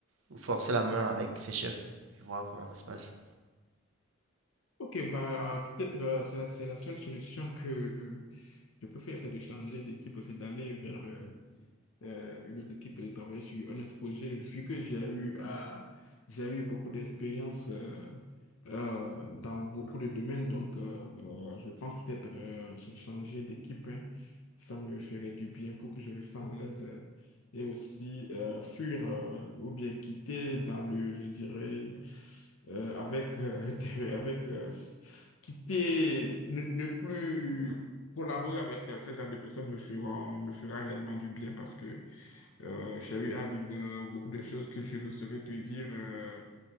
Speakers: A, on the right; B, on the left.
A: ou forcer la main avec ses chefs et voir comment ça se passe.
B: Ok bah peut-être euh, c'est la c'est la seule solution que Je préfère, c'est de changer d'équipe, c'est d'aller vers euh, euh, une autre équipe et de travailler sur un autre projet, vu que j'ai eu, à- j'ai eu beaucoup d'expérience euh, euh, dans beaucoup de domaines. Donc, euh, euh, je pense peut-être euh, ch- changer d'équipe, hein. ça me ferait du bien pour que je me sente à l'aise euh, et aussi euh, fuir euh, ou bien quitter dans le, je dirais, euh, avec, euh, <laughs> avec euh, quitter, ne, ne plus. Collaborer avec euh, ce genre de personnes me feront, me fera réellement du bien parce que euh, j'ai eu à vivre euh, beaucoup de choses que je ne saurais te dire euh,